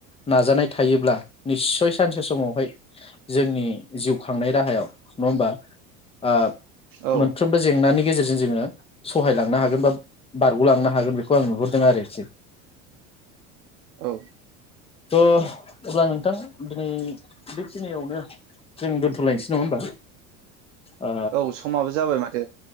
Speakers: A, on the left; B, on the right.
A: नाजानाय थायोब्ला निस्सय सानसे समावहाय जोंनि जिउ खांनाय राहायाव नङा होमबा? आ
B: औ
A: मोनफ्रोमबो जेंनानि गेजेरजों जोङो सहाय लांनो हागोन बा बारग'लांनो हागोन बेखौ आं नुहुरदों आरोखि।
B: औ।
A: थ' अब्ला नोंथां दिनै बेखिनियावनो जों दोन्थ'लायनोसै नङा होमबा? ओ
B: औ समाबो जाबाय माथो।